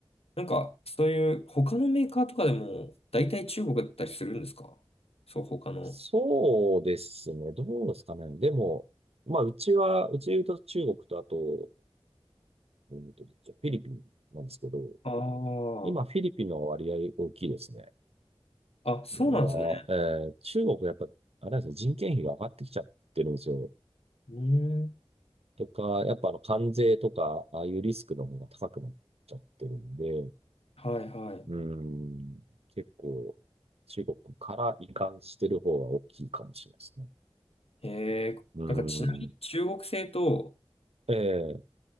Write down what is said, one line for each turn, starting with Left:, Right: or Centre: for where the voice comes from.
Left: なんか、そういう他のメーカーとかでも大体中国だったりするんですかそう、他の。
Right: そうですね。どうですかね。でも、まあうちは、うちで言うと中国とあと、うんと、フィリピンなんですけど、
Left: あ
Right: 今フィリピンの割合大きいですね。
Left: あ、あ、そうなんですね。
Right: まあ、えー中国やっぱ、あれなんですね、人件費が上がってきちゃってるんですよ。
Left: うーん。
Right: とか、やっぱあの関税とか、ああいうリスクの方が高くなっちゃってるんで、
Left: はいはい。
Right: うん。結構、中国から移管してる方は大きいかもしれないですね。
Left: へえー、
Right: うん。
Left: なんかちなみに中国製と
Right: ええ。